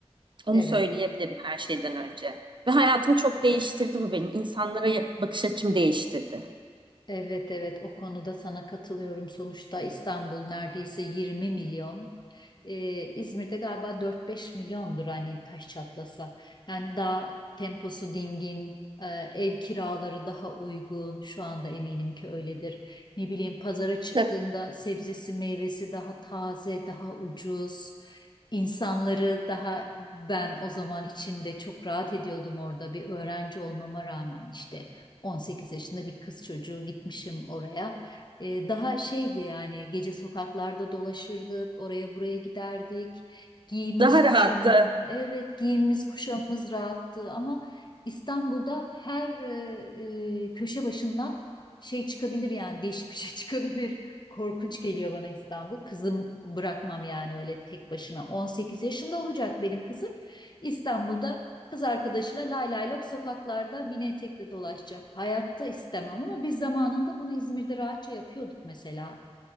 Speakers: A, on the right (about 45°); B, on the left (about 40°).
A: Onu
B: Evet.
A: söyleyebilirim her şeyden önce. Ve hayatımı çok değiştirdi bu benim. İnsanlara bakış açım değiştirdi.
B: Evet evet o konuda sana katılıyorum. Sonuçta İstanbul neredeyse 20 milyon. Ee, İzmir'de galiba 4-5 milyondur hani taş çatlasa. Yani daha temposu dingin, e, ev kiraları daha uygun. Şu anda eminim ki öyledir. Ne bileyim pazara çıktığında
A: Tabii.
B: sebzesi meyvesi daha taze, daha ucuz. İnsanları daha ben o zaman içinde çok rahat ediyordum orada bir öğrenci olmama rağmen işte 18 yaşında bir kız çocuğu gitmişim oraya. E, daha şeydi yani gece sokaklarda dolaşırdık, oraya buraya giderdik. Giyimimiz
A: Daha
B: kuşamım,
A: rahattı.
B: evet giyimimiz kuşamımız rahattı ama İstanbul'da her e, e, köşe başından şey çıkabilir yani değişik bir şey <laughs> çıkabilir. Korkunç geliyor bana İstanbul. Kızım bırakmam yani öyle tek başına. 18 yaşında olacak benim kızım. İstanbul'da Kız arkadaşıyla lay lay lop sokaklarda mini etekli dolaşacak. Hayatta istemem ama biz zamanında bunu İzmir'de rahatça yapıyorduk mesela.